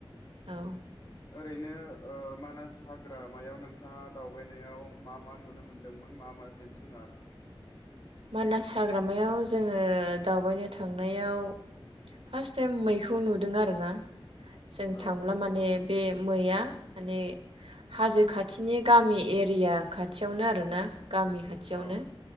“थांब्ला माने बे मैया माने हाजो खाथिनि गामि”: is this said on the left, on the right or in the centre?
Right